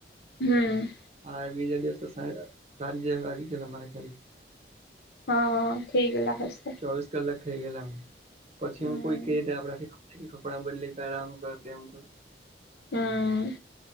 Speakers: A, on the left (about 65°); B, on the right (about 40°).
A: હમ,
B: હવે બીજા દિવસે સાં સાંજે આવી ગેલા મારા ખ્યાલથી.
A: હહ થઈ ગેલા હશે.
B: ચોવીસ કલાક થઈ ગયેલા એમ પછી
A: હમ
B: હું કોઈ કે તે આપડાથી. પછી કપડાં બદલી કર આમ કર તેમ કર.
A: હમ